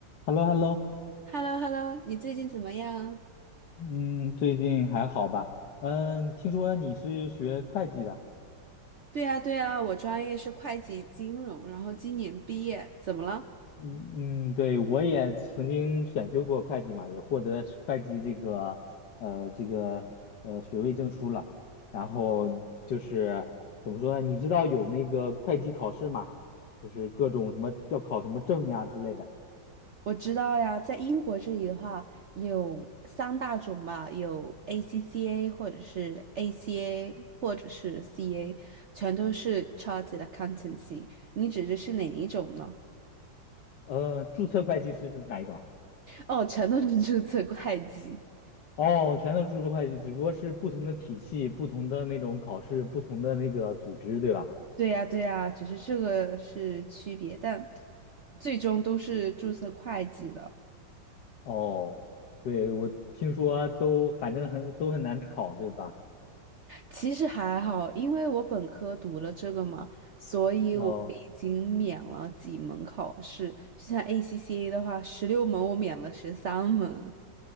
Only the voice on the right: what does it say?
h e l l o h e l l o 你最近怎么样？
对呀，对呀，我专业是会计金融，然后今年毕业，怎么了？
我知道呀，在英国这里的话，有三大种嘛，有 ACCA 或者是 ACA 或者是 CA，全都是 Chartered Accountancy。你指的是哪一种呢？
哦，全都是注册会计。
对呀，对呀，只是这个是区别，但最终都是注册会计的。
其实还好，因为我本科读了这个嘛，所以我已经免了几门考试。
就像 ACCA 的话，十六门我免了十三门。